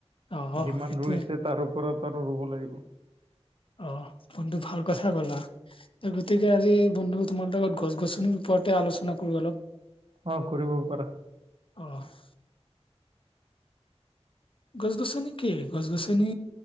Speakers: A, on the left (about 50°); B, on the right (about 55°).
A: অ' অ,
B: যিমান
A: সেইটোৱে।
B: ৰুইছে', তাৰ ওপৰত আৰু ৰুব লাগিব',
A: অ', তুমিটো ভাল কথায় ক'লা। গতিকে আজি বন্ধু তোমাৰ লগত গছ গছনিৰ ওপতে আলোচনা কৰো অলপ',
B: অ', কৰিব পাৰা',
A: অহ', গছ -গছনি কি, গছ- গছনি